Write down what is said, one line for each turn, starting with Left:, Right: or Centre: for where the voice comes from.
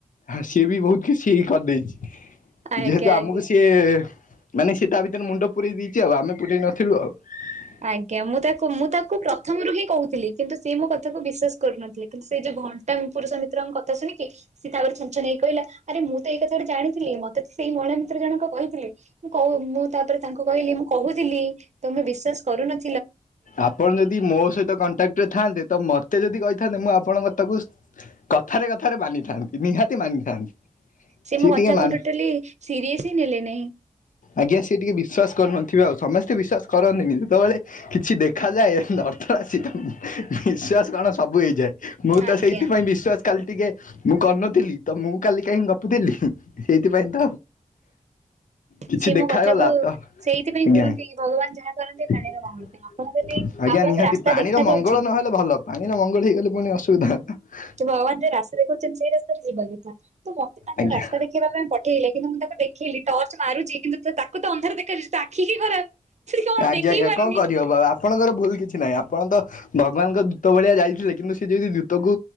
Left: ହ ସିଏବି ବହୁତ୍ କିଛି କରିଦେଇଚି।
Right: ଆଜ୍ଞା
Left: ଯେହେତୁ ଆମକୁ
Right: ଆଜ୍ଞା।
Left: ସିଏ ମାନେ ସିଏ ତାଭିତରେ ମୁଣ୍ଡ ପୁରେଇ ଦେଇଚି, ଆଉ ଆମେ ପୁରେଇ ନଥିଲୁ ଆଉ। <inaudible>
Right: ଆଜ୍ଞା, ମୁଁ ତାକୁ ମୁଁ ତାକୁ ପ୍ରଥମରୁ ହିଁ କହୁଥିଲି, କିନ୍ତୁ ସିଏ ମୋ କଥାକୁ ବିଶ୍ଵାସ କରୁନଥିଲେ। ସେଯୋଉ ଘଣ୍ଟାଙ୍କ ପୁରୁଷ ମିତ୍ରଙ୍କ କଥା ଶୁଣିକି ସିଏ ତାପରେ ଛଞ୍ଚଛନ ହେଇ କହିଲା ଆରେ ମୁଁତ ଏଇ କଥାଟା ଜାଣିଥିଲି, ମତେ ସେଇ ମହିଳା ମିତ୍ର ଜଣକ କହିଥିଲେ। ମୁଁ କହୁ ମୁଁ ତାପରେ ତାଙ୍କୁ କହିଲି ମୁଁ କହୁଥିଲି ତମେ ବିଶ୍ଵାସ କରୁନଥି
Left: ଆପଣ ଯଦି ମୋ ସହିତ କଣ କ୍ଟରେ ଥାନ୍ତେ ତ ମୋତେ ଯଦି କହିଥାନ୍ତେ, ମୁଁ ଆପଣଙ୍କ କଥାକୁ କଥାରେ କଥାରେ ମାନିଥାନ୍ତି ନିହାତି ମାନିଥାନ୍ତି।
Right: ସେ
Left: ସିଏ
Right: ମୋ କଥାକୁ
Left: ଟିକେ ମାନ
Right: ଟୋଟାଲି ସିରିଅସ ହିଁ ନେଲେ ନେହିଁ।
Left: ଆଜ୍ଞା, ସିଏ ଟିକେ ବିସ୍ୱାସ କରୁନଥିବେ ଆଉ ସମସ୍ତେ ବିଶ୍ଵାସ କରନ୍ତିନି, ଯେତେବେଳେ କିଛି ଦେଖାଯାଏ ଅର୍ଥରାଶି ତ ନିସ୍ବାସ କଣ ସବୁ ହେଇଯାଏ। ମୁଁ ତ
Right: ଆଜ୍ଞା
Left: ସେଇଥିପାଇଁ ବିଶ୍ୱାସ କାଲି ଟିକେ ମୁଁ କରିନଥିଲି ତ ମୁଁ କାଲି କାହିଁ ଗପୁଥିଲି। ସେଇଥିପାଇଁ ତ। କିଛି
Right: ସିଏ
Left: ଦେଖାଗଲା
Right: ମୋ କଥାକୁ
Left: ତ
Right: ସେଇଥିପାଇଁ
Left: ଆଜ୍ଞା
Right: କୁହନ୍ତି, ଭଗବାନ ଯାହା କରନ୍ତି। ପ୍ରାଣୀର
Left: ଆଜ୍ଞା,
Right: ମଙ୍ଗଳ ପାଇଁ ଆପଣ ଯଦି ଆପଣଙ୍କୁ
Left: ନିହାତି
Right: ରାସ୍ତା
Left: ପ୍ରାଣିର
Right: ଦେଖା
Left: ମଙ୍ଗଳ
Right: ଯାଉଛି
Left: ନହେଲେ ଭଲ ପାଣିର ମଙ୍ଗଳ ହେଇଗଲେ ପୁଣି ଅସୁବିଧା। <unintelligible>
Right: ଭଗବାନ ଯୋଉ ରାସ୍ତା ଦେଖଉଚନ୍ତି, ସେଇ ରାସ୍ତାରେ ଯିବା କଥା ତ ମତେ ତାଙ୍କୁ
Left: ଆଜ୍ଞା
Right: ରାସ୍ତାଦେ ଦେଖିବା ପାଇଁ ପଠେଇଲେ କିନ୍ତୁ ମୁଁ ତାକୁ ଦେଖିିଲି ଟର୍ଚ୍ଚ ମାରୁଛି କିନ୍ତୁ ତାକୁ ତ ଅନ୍ଧାର ଦେଖାଯାଉଛି। ଆଖିକି ଖରାପ ସେଠି କଣ
Left: ଆଜ୍ଞା
Right: ଦେଖିକି
Left: ଆଜ୍ଞା
Right: ପାରୁନି।
Left: କଣ କରିହବ ଆଉ ଆପଣଙ୍କର ଭୁଲ କିଛି ନାହିଁ ଆପଣ ତ ଭଗବାନଙ୍କ ଦୂତ ଭଳିଆ ଯାଇଥିଲେ କିନ୍ତୁ ସେ ଯଦି ଦୂତକୁ